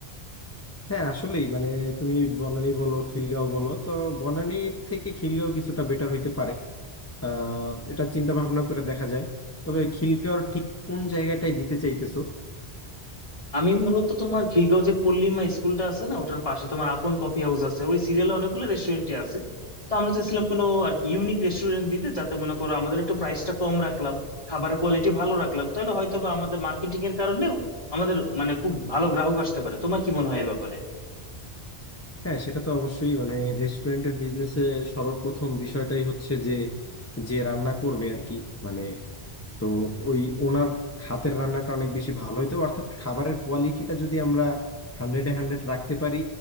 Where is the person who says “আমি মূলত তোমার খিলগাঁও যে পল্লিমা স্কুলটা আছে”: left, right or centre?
Left